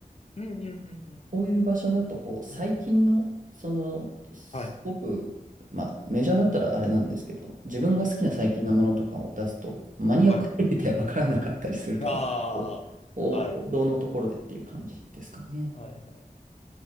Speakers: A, on the left (about 45°); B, on the right (about 60°).
A: うんうんうんうん
B: こういう場所だと、こう、最近の、
A: うん。
B: その、すごく、
A: はい。
B: まあ、メジャーだったらあれなんですけど、自分が好きな最近のものとかを出すと、
A: うんうん
B: マニアックすぎて分からなかったりするから、
A: はい。ああ、
B: こ
A: はい。
B: う、王道のところでっていう感じですかね。
A: はいはい。い